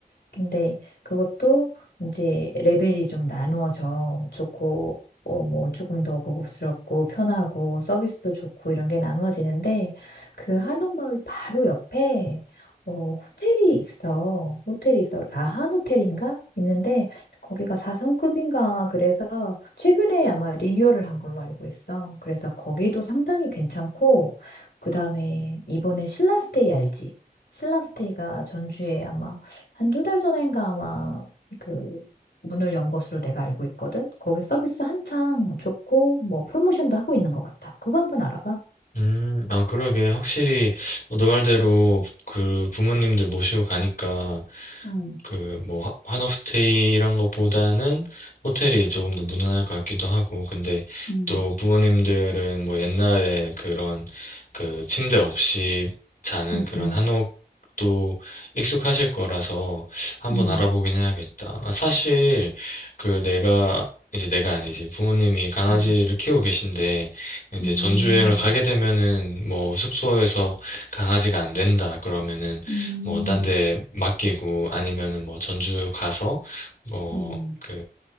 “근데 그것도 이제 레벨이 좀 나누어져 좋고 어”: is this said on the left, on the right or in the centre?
Left